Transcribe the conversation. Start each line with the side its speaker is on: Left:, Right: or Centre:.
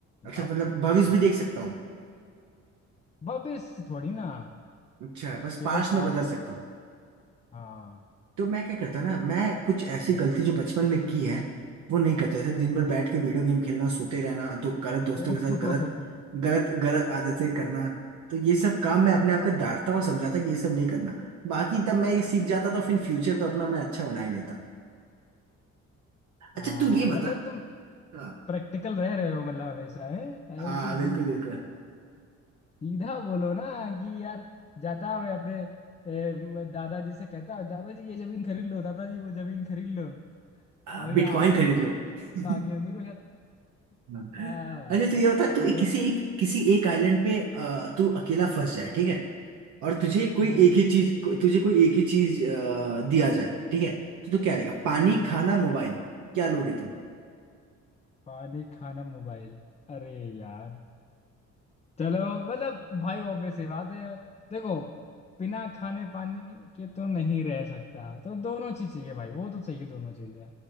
Right: अच्छा
Left: बताओ
Right: मतलब भविष्य
Left: जल्दी
Right: भी देख सकता हूँ मैं
Left: भविष्य थोड़ी ना
Right: अच्छा बस
Left: केवल
Right: पास्ट
Left: पास्ट
Right: में बदल सकता हूँ
Left: हाँ
Right: तो मैं क्या करता ना मैं कुछ ऐसी
Left: बराबर
Right: गलती जो बचपन में की है वो नहीं करता जैसे दिन
Left: हम्म
Right: भर बैठ के वीडियो गेम खेलना सोते रहना दो गलत दोस्तों
Left: <laughs>
Right: के साथ गलत
Left: ओहो
Right: गलत गलत आदतें करना तो ये सब काम मैं अपने आप को डांटता और समझाता कि ये सब नहीं करना बाकी तब मैं ये सीख जाता तो फिर फ्यूचर तो अपना मैं अच्छा बना ही लेता अच्छा
Left: आ,
Right: तू ये बता
Left: मतलब तुम
Right: हाँ
Left: प्रैक्टिकल रह रहे हो मतलब हमेशा है
Right: आ,
Left: ऐसी
Right: बिल्कुल
Left: चीज
Right: बिल्कुल
Left: सीधा बोलो ना कि यार जाता मैं अपने ए, म- दादाजी से कहता दादाजी ये जमीन खरीद लो दादाजी वो जमीन खरीद लो
Right: हाँ,
Left: अभी
Right: बिटकॉइन
Left: आ- हम लोग
Right: खरीद लो <laughs>
Left: आगे अमीर हो जाते हैं।
Right: हाँ।
Left: आ भाई
Right: अच्छा तो ये बता तू
Left: चलो
Right: एक- किसी एक किसी एक आइलैंड पे अ, तू अकेला फंस जाए ठीक है और तुझे कोई
Left: हाँ
Right: एक ही चीज को, तुझे कोई एक ही चीज अ, दिया जाए ठीक है तो तू क्या लेगा पानी
Left: हम्म, हम्म।
Right: खाना मोबाइल क्या लोगे तुम
Left: पानी खाना मोबाइल अरे यार चलो मतलब भाई ऑब्वियस सी बात है देखो बिना खाने पानी के तो नहीं रह सकता तो दोनों चीज चाहिए भाई वो तो चाहिए दोनों चीजें